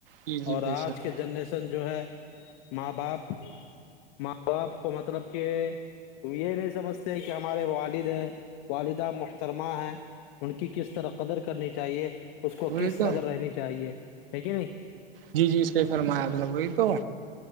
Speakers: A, on the right (about 65°); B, on the left (about 50°).
A: جی جی
B: اور
A: بے
B: آج
A: شک
B: کے جنریشن جو ہے ماں باپ ماں باپ کو مطلب کہ تو یہ نہیں سمجھتے کہ ہمارے والد ہیں والدہ محترمہ ہیں ان کی کس طرح قدر کرنی چاہیے اس کو
A: وہی
B: کس
A: تو
B: قدر رہنی چاہیے ٹھیک ہے نہیں
A: جی جی اس پہ فرمایالہ وہی تو